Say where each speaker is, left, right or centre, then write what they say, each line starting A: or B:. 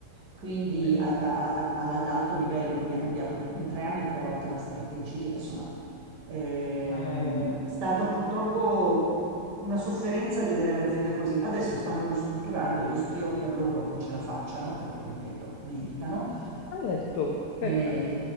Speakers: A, on the right; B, on the left.
A: quindi
B: eh,
A: a- a- a- alla- ad alto livello, quindi ha cambiato in tre anni tre volte la strategia, insomma è
B: eh,
A: stata purtroppo una sofferenza vedere l'azienda così. Adesso stanno ristrutturando, io spero per loro che ce la facciano, perché ripeto, meritano.
B: hai detto, per
A: Eh,
B: carità.